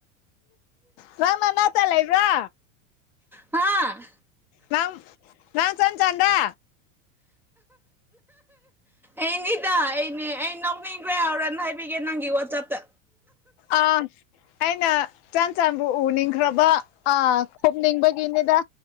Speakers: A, on the left; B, in the centre.
A: ꯅꯪ ꯅꯅꯥꯛꯇ ꯂꯩꯕ꯭ꯔꯥ
B: ꯍꯥꯥ
A: ꯅꯪ ꯅꯪ ꯆꯟꯆꯟꯔ
B: ꯑꯩꯅꯤꯗ ꯑꯩꯅꯦ ꯑꯩ ꯅꯣꯛꯅꯤꯡꯈ꯭ꯔꯦ ꯍꯣꯔꯦꯟ ꯍꯥꯏꯕꯤꯒꯦ ꯅꯪꯒꯤ ꯋꯥꯆꯞꯇ
A: ꯑ ꯑꯩꯅ ꯆꯟꯆꯟꯕꯨ ꯎꯅꯤꯡꯈ꯭ꯔꯕ ꯑ ꯈꯨꯝꯅꯤꯡꯕ ꯀꯤꯅꯤꯗ